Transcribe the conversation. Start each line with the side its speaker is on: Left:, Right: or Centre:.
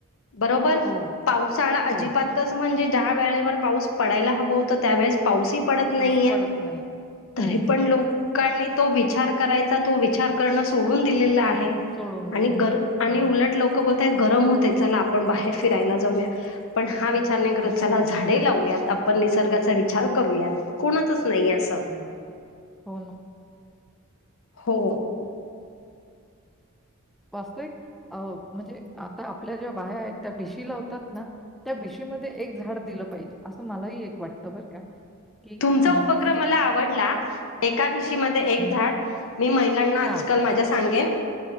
Left: बरोबर
Centre: हो,
Left: पावसाळा अजिबात
Centre: हो.
Left: च म्हणजे ज्या वेळेवर पाऊस पडायला हवं होतं त्या वेळेस पाऊसही पडत
Centre: स्ट्रेस
Left: नाहीय.
Centre: पडत नाही. हो,
Left: तरी पण लोकांनी तो विचार करायचा तो विचार करणं सोडून दिलेला आहे.
Centre: सोडून दिलेलं
Left: आणि गर
Centre: आहे.
Left: आणि
Centre: हो.
Left: उलट लोक गरम होत चला आपण बाहेर फिरायला जाऊया पण हा विचार करत नाही
Centre: हं,
Left: चला झाडे लावूयात आपण निसर्गाचा विचार करूयात कोणाचाच नाही असं
Centre: हं. हो ना
Left: हो
Centre: वास्तविक अ म्हणजे आता आपल्या ज्या बाया आहेत त्या भेशी लावतात ना? त्या बिशीमध्ये एक झाड दिलं पाहिजे असं मलाही एक वाटतं बर का की
Left: तुमचा
Centre: अ,
Left: उपक्रम
Centre: म्हणजे
Left: मला आवडला एका भिशीमध्ये एक
Centre: हं,
Left: झाड मी महिलांना आजकाल
Centre: हां,
Left: माझ्या सांगेन